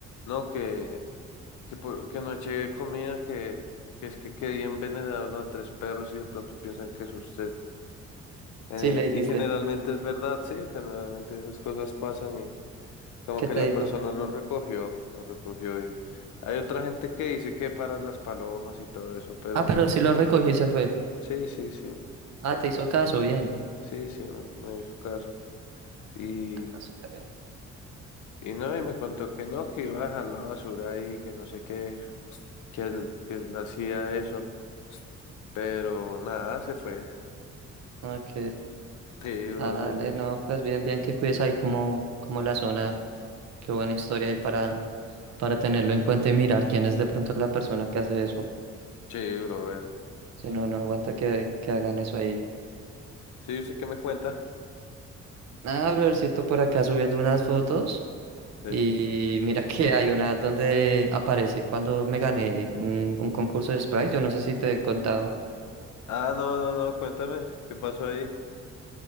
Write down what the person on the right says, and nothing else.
Sí, le dijiste.
¿Qué
te
dijo?
Ah, pero sí lo recogió y se fue.
Ah, te hizo caso, bien.
Ah, súper bien.
Ok.
Dale, no, pues bien, bien que cuides ahí como, como la zona. Qué buena historia ahí para, para tenerlo en cuenta y mirar quién es de pronto la persona que hace eso.
Si no, no aguanta que, que hagan eso ahí.
Ah, brothercito, por acá subiendo unas fotos.
Y mira que hay una donde aparece cuando me gané un, un concurso de Sprite, yo no sé si te he contado.